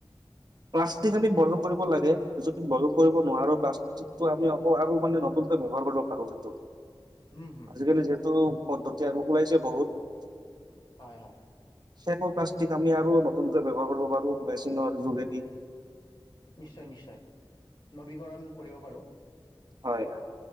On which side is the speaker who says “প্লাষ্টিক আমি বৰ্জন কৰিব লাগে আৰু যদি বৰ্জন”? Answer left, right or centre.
Right